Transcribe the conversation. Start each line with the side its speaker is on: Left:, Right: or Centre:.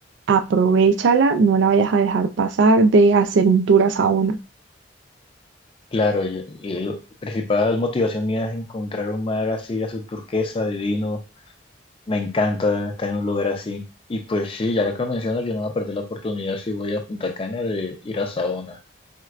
Right: aprovéchala, no la vayas a dejar pasar de hacer un tour a Saona.
Left: Claro, y- y la principal motivación mía es encontrar un mar así, azul turquesa, divino. Me encanta estar en un lugar así. Y pues sí, ya lo que mencionas, yo no voy a perder la oportunidad si voy a Punta Cana de ir a Saona.